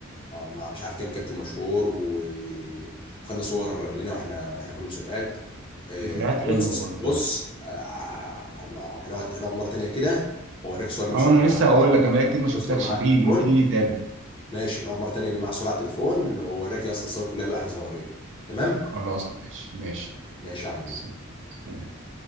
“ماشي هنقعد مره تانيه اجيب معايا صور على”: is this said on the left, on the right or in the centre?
Left